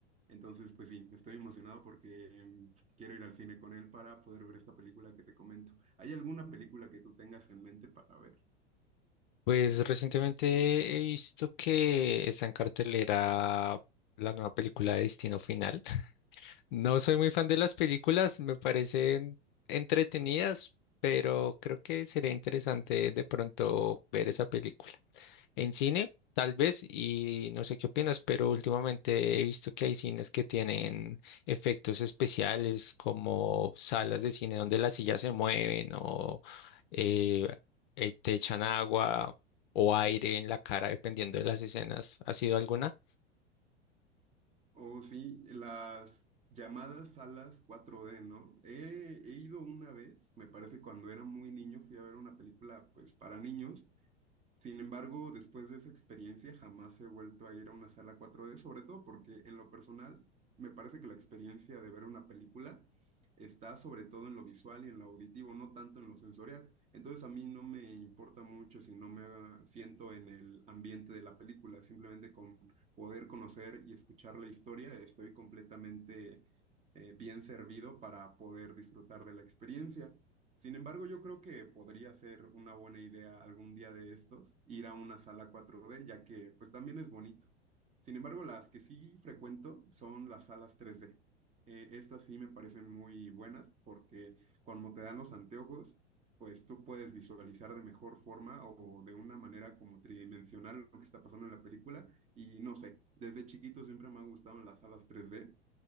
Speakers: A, on the right; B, on the left.
A: Entonces, pues sí, estoy emocionado porque em, quiero ir al cine con él para poder ver esta película que te comento. ¿Hay alguna película que tú tengas en mente para ver?
B: Pues recientemente he visto que está en cartelera la nueva película de Destino Final. <laughs> No soy muy fan de las películas, me parecen entretenidas, pero creo que sería interesante de pronto ver esa película. en cine, tal vez, y no sé qué opinas, pero últimamente he visto que hay cines que tienen efectos especiales como salas de cine donde las sillas se mueven o eh, eh, te echan agua o aire en la cara dependiendo de las escenas. ¿Ha sido alguna?
A: Oh, sí, las llamadas salas cuatro d ¿no? He, he ido una vez, me parece cuando era muy niño, fui a ver una película pues para niños sin embargo, después de esa experiencia, jamás he vuelto a ir a una sala cuatro d sobre todo porque en lo personal me parece que la experiencia de ver una película está sobre todo en lo visual y en lo auditivo, no tanto en lo sensorial. Entonces a mí no me importa mucho si no me siento en el ambiente de la película, simplemente con poder conocer y escuchar la historia, estoy completamente eh, bien servido para poder disfrutar de la experiencia. Sin embargo, yo creo que podría ser una buena idea algún día de estos ir a una sala 4D, ya que pues también es bonito. Sin embargo, las que sí frecuento son las salas 3D. Eh, estas sí me parecen muy buenas porque cuando te dan los anteojos, pues tú puedes visualizar de mejor forma o de una manera como tridimensional lo que está pasando en la película. Y no sé, desde chiquito siempre me han gustado las salas 3D